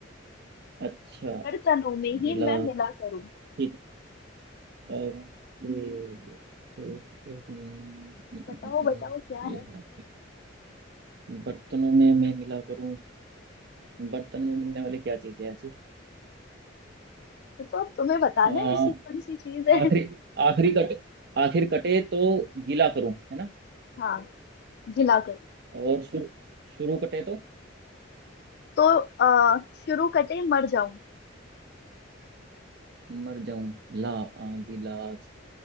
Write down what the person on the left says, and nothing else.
बर्तनों में ही
मैं मिला करूं
बताओ
बताओ
क्या
है
वो तो अब तुम्हें बताना
है ऐसी कौन सी चीज है
हाँ गिला करूं
तो आ, शुरू कटे मर जाऊं